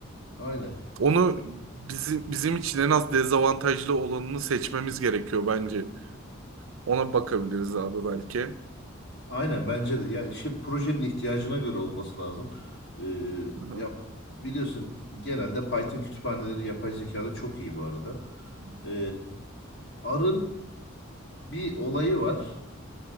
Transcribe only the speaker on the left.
Aynen.
Aynen bence de. Ya işte projenin ihtiyacına göre olması lazım. Ee,
yap biliyorsun genelde Python kütüphaneleri yapay zekada çok iyi bu arada. Ee, R'ın bir olayı var.